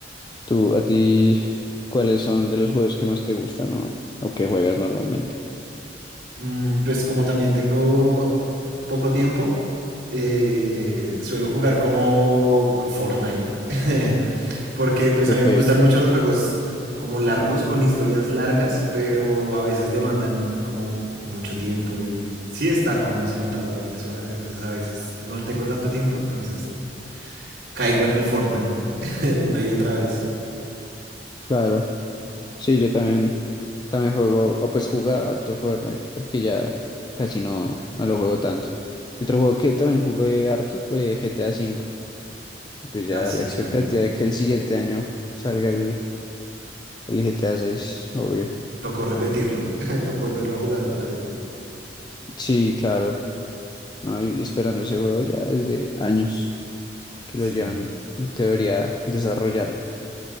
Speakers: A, on the left; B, on the right.
A: Tú, a ti, ¿cuáles son de los juegos que más te gustan o, o que juegas normalmente?
B: Mm, Pues como también tengo poco tiempo, eh, suelo jugar como Fortnite. <laughs> Porque pues
A: Ok,
B: a mí me gustan mucho los juegos como largos, con historias largas, pero a veces demandan como mucho tiempo y sí estar como sentado varias horas, entonces a veces no tengo tanto tiempo, entonces caigo en el Fortnite <laughs> una y otra vez.
A: claro. Sí, yo también, también juego, o pues jugaba harto Fortnite, porque ya casi no, no lo juego tanto. Y otro juego que también jugué harto fue GTA V. Y Pues ya
B: Ah, sí,
A: la expectativa
B: claro.
A: de que el siguiente año salga el, el GTA VI, obvio.
B: Tocó repetirlo, <laughs> tocó volverlo a jugar otra vez.
A: Sí, claro. No, y esperando ese juego ya desde años que
B: Sí.
A: lo llevan en teoría desarrollando.